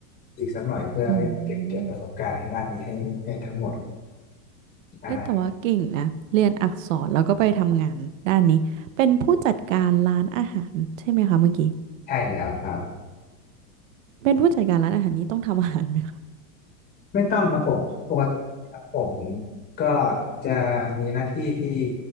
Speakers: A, on the left; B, on the right.
A: อีกสักหน่อยเพื่อเก็บเกี่ยวประสบการณ์ให้ด้านนี้ให้ให้ทั้งหมด
B: อืม
A: ใช่
B: เอ้ยแต่ว่าเก่งนะเรียนอักษรแล้วก็ไปทำงานด้านนี้เป็นผู้จัดการร้านอาหารใช่ไหมคะเมื่อกี้
A: ใช่แล้วครับ
B: เป็นผู้จัดการร้านอาหารนี้ต้องทำอาหารไหม
A: ไม่ต้องครับผมปกติครับผมก็จะมีหน้าที่ที่